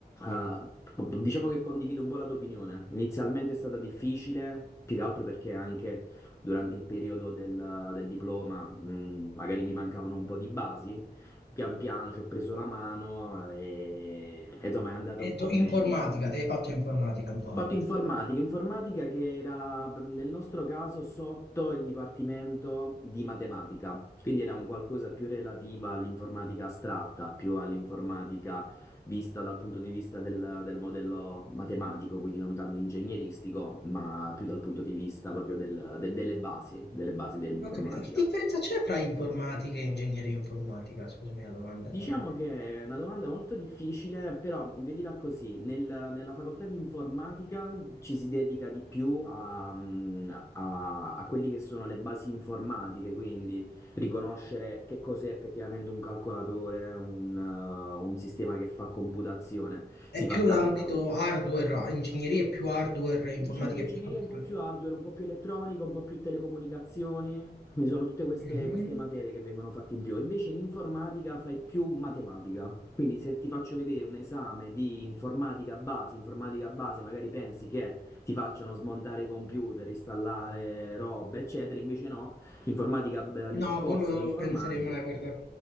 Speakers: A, on the left (about 15°); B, on the left (about 80°).
A: eh, diciamo che condivido un po' la tua opinione. Inizialmente è stata difficile, più che altro perché anche durante il periodo del, del diploma, mh, magari mi mancavano un po' di basi, pian piano ci ho preso la mano e, e insomma è andato
B: Hai
A: un
B: detto
A: po' meglio.
B: informatica, te hai fatto informatica, Antonio.
A: Fatto informatica, informatica che era mh, nel nostro caso sotto il dipartimento di matematica, quindi era un qualcosa più relativa all'informatica astratta, più all'informatica vista dal punto di vista del, del modello matematico, quindi non tanto ingegneristico, ma più dal punto di vista proprio del- de- delle basi, delle basi dell'informatica.
B: Ho capito. Che differenza c'è fra informatica e ingegneria informatica? Scusami la domanda.
A: Diciamo
B: che avevo.
A: che è una domanda molto difficile, però vedila così, nel- nella facoltà di informatica ci si dedica di più a, mm, a- a quelli che sono le basi informatiche, quindi riconoscere che cos'è effettivamente un calcolatore, un, eh, un sistema che fa computazione.
B: È
A: Si fa
B: più
A: tanta,
B: l'ambito hardware, ingegneria è più hardware, informatica
A: Diciamo che ingegneria
B: è più software.
A: è un po' più hardware, un po' più elettronica, un po' più telecomunicazioni, Ci sono tutte queste,
B: Mhm.
A: queste materie che vengono fatte in più. Invece in informatica fai più matematica, quindi se ti faccio vedere un esame di informatica base, informatica base, magari pensi che ti facciano smontare i computer, installare robe, eccetera, invece no, l'informatica, beh,
B: No,
A: lì, il corso
B: quello non
A: di informatica,
B: lo penserei mai, guarda,